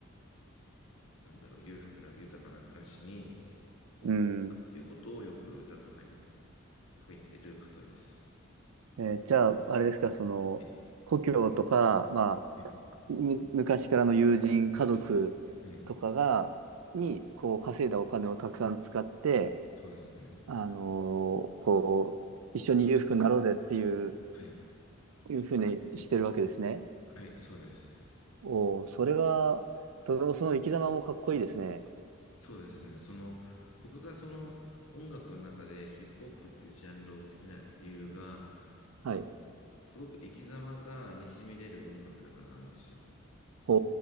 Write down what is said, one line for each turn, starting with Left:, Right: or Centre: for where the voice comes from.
Left: なんだろう、裕福な、豊かな暮らしに、こう、
Right: うん。
Left: なったっていうことをよく歌とかに書いてる方です。
Right: えーじゃあ、あれですか、その、
Left: はい、
Right: 故郷とか、まあ、
Left: はい
Right: む、昔からの友人、家族とかが、
Left: はい
Right: に、こう、稼いだお金をたくさん使って、
Left: そうですね。
Right: あのーこう、一緒に裕福になろうぜっていう、
Left: はい、
Right: いうふうにしてるわけですね。
Left: はい、そうです。
Right: おお、それは、とてもその生き様もかっこいいですね。
Left: そうですね。その、僕がその音楽の中でヒップホップっていうジャンルを好きな理由が、その、
Right: はい。
Left: すごく生き様がにじみ出る音楽だからなんですよ。
Right: お